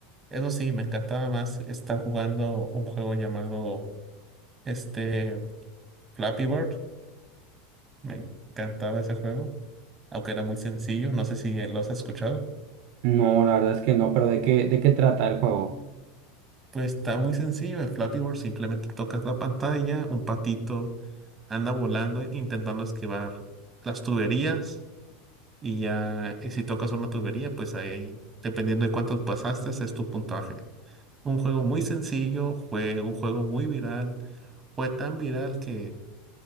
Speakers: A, on the right (about 25°); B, on the right (about 50°).
A: Eso sí, me encantaba más estar jugando un juego llamado este Flappy Bird. Me encantaba ese juego, aunque era muy sencillo. No sé si eh, lo has escuchado.
B: No, la verdad es que no, pero ¿de qué, de qué trata el juego?
A: Pues está muy sencillo. En Flappy Bird simplemente tocas la pantalla, un patito anda volando e- intentando esquivar las tuberías y ya eh, si tocas una tubería, pues ahí, dependiendo de cuántos pasaste, es tu puntaje. Un juego muy sencillo, fue un juego muy viral, fue tan viral que